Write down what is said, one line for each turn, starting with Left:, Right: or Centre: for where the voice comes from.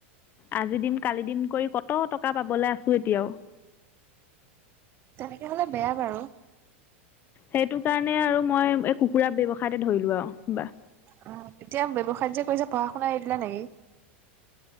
Left: আজি দিম কালি দিম কৰি কত টকা পাবলৈ আছোঁ এতিয়াও।
Right: তাকে হ'লে বেয়া বাৰু।
Left: সেইটো কাৰণে আৰু মই এই কুকুৰা ব্যৱসায়তে ধৰিলোঁ আৰু বা।
Right: অ এতিয়া ব্যৱসায় যে কৰিছা, পঢ়া শুনা এৰি দিলা নেকি?